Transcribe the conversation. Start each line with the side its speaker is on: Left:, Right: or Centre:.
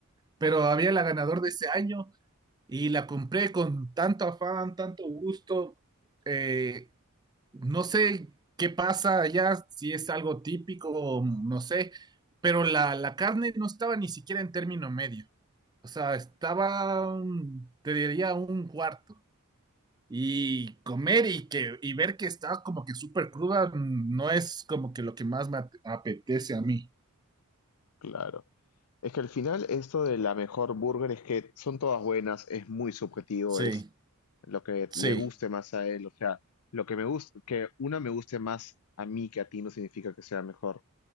Right: pero había la ganadora de ese año Y la compré con tanto afán, tanto gusto. eh, no sé qué pasa allá, si es algo típico, o no sé, pero la, la carne no estaba ni siquiera en término medio. O sea, estaba, un- te diría, un cuarto. Y comer y, que, y ver que está como que súper cruda mm, no es como que lo que más me ap- apetece a mí.
Left: claro. Es que al final esto de la mejor burger es que son todas buenas, es muy subjetivo,
Right: Sí,
Left: es lo que
Right: sí,
Left: le guste más a él, o sea, lo que me gusta, que una me guste más a mí que a ti no significa que sea mejor.